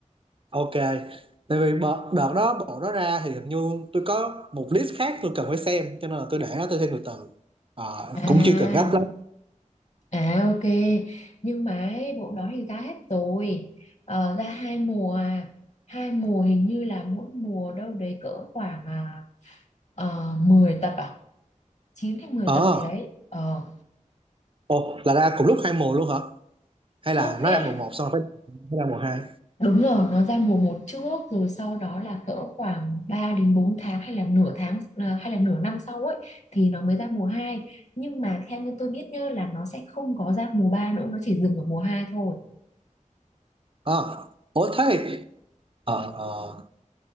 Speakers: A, on the right; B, on the left.
A: Ok, tại vì bộ, đợt đó bộ đó ra thì hình như tôi có một list khác tôi cần phải xem cho nên là tôi để nó tôi thêm từ từ Ờ,
B: À
A: cũng chưa cần gấp lắm
B: à ok Nhưng mà ấy, bộ đó thì ra hết rồi ờ, Ra hai mùa à. Hai mùa hình như là mỗi mùa đâu đấy cỡ khoảng à, ờ, 10 tập à 9 hay mười
A: ờ
B: tập gì đấy ờ,
A: ồ là ra cùng lúc hai mùa luôn hả hay
B: Không
A: là
B: nghĩa
A: nó ra
B: là
A: mùa một xong rồi phải phải ra mùa hai
B: Đúng rồi, nó ra mùa một trước rồi sau đó là cỡ khoảng 3 đến 4 tháng hay là nửa tháng à, hay là nửa năm sau ấy thì nó mới ra mùa hai Nhưng mà theo như tôi biết nhá là nó sẽ không có ra mùa 3 nữa, nó chỉ dừng ở mùa hai thôi.
A: ờ ủa thế thì ờ, ờ,